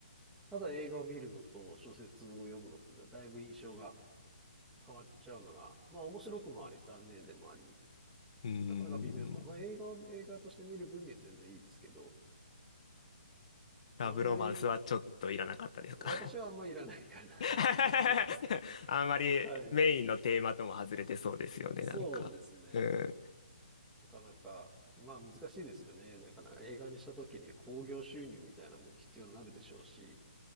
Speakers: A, in the centre; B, on the left.
A: ただ映画を見るのと小説を読むのとではだいぶ印象が変わっちゃうのが、まあ面白くもあり、残念でもあり、
B: うーん。
A: なかなか微妙。まあ、まあ映画を映画として見る分には全然いいですけど、
B: ラブロマンスはちょっといらなかったですか
A: あのえ私はあんまいらないかな、
B: <laughs>
A: みたいな。
B: あんまりメインのテーマとも外れてそうですよね、
A: <laughs> はい。そうですね。
B: なんか。うん。
A: なかなか、まあ難しいですよね。なかなか映画にした時に興行収入みたいなもの必要になるでしょうし、